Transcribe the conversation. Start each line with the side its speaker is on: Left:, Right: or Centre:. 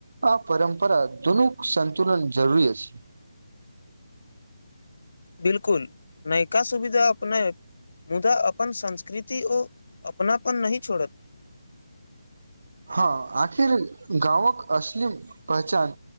Right: आ परम्परा, दुोनूक सन्तुलन जरूरी अछि।
Left: 'बिलकुल' नयका सुविधा अपने मुदा अपन संस्कृति ओ अपनापन नहि छोड़त।
Right: <unintelligible> हँ, आखिर गाँवक असली पहचान